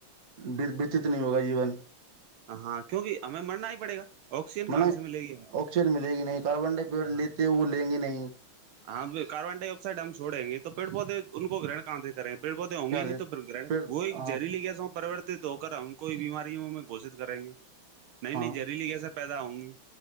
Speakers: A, on the right (about 45°); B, on the right (about 80°).
A: دربدت نہیں ہوگا جیون
B: ہاں کیونکہ ہمیں مرنا ہی پڑے گا آکسیجن کہاں
A: مطلب
B: سے ملے گی ہم کو
A: آکسیجن ملے گی نہیں کاربن ڈائیڈ
B: ہاں
A: لیتے وہ لیں گی نہیں
B: ہاں کاربن ڈائی آکسائڈ ہم چھوڑیں گے تو پڑ پودے ان کو گن- کہاں سے کریں پڑ پودے ہوں
A: کیا
B: گے نہیں
A: سے
B: تو
A: پھر
B: وہ ایک
A: ہاں
B: جہریلی جسا پرورت- تو ہو کر ہم کوئی بیماریوں ہم گھشت کریں گے نہیں-نہیں
A: ہاں
B: جہریلی کیی- پیدا ہوں گی